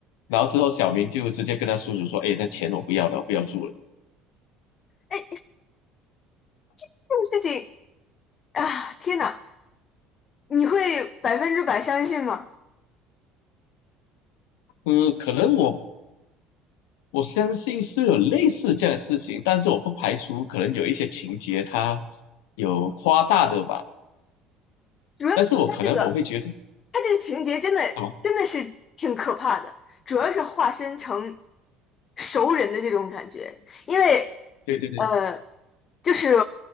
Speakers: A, on the left; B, on the left.
A: 然后之后小明就直接跟他叔叔说，哎，那钱我不要了，我不要住了。
B: 哎，这种事情啊，天呐，你会百分之百相信吗？
A: 嗯，可能我我相信是有类似这样的事情，但是我不排除可能有一些情节它有夸大的吧。
B: 主要是他这个，
A: 但是我可能我会觉得什
B: 他这个情节真的真的是挺可怕的，
A: 么？
B: 主要是化身成熟人的这种感觉，因为。
A: 对对对，
B: 呃，就是